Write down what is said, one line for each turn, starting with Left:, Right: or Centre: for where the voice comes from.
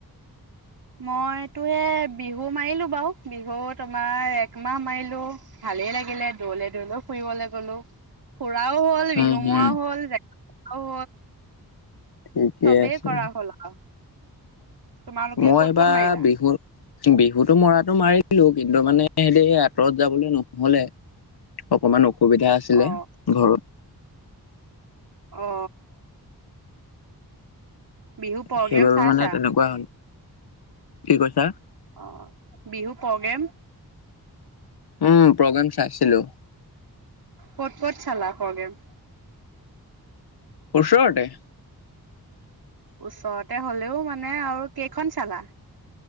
Right: মইতো এ বিহু মাৰিলো বাৰু বিহু তোমাৰ একমাহ মাৰিলো ভালেই লাগিলে দৌৰলে দৌৰলে ফুৰিবলৈ গলো। খুৰাও হ'ল
Left: উম
Right: বিহুমোৱাও
Left: হম
Right: হ'ল। অ
Left: ঠিকে
Right: চবেই
Left: আছে
Right: কৰা হ'ল। তোমালোকে
Left: মই
Right: ক'ত
Left: এইবাৰ
Right: ক'ত মাৰিলা
Left: বিহু বিহুতো মৰাতো মাৰিলো, কিন্তু মানে সেই আঁতৰত যাবলৈ নহলে অকমান অসুবিধা আছিলে
Right: অ
Left: ঘৰত।
Right: অ। বিহু প্ৰগ্ৰেম
Left: সেইবাবে
Right: চাইছা?
Left: মানে তেনেকুৱা হল কি কৈছা?
Right: অ বিহু প্ৰগ্ৰেম
Left: উম প্ৰগ্ৰেম চাইছিলো
Right: কত কত চালা প্ৰগ্ৰেম?
Left: ওচৰতে।
Right: ওচৰতে হ'লেও মানে আৰু কেইখন চালা?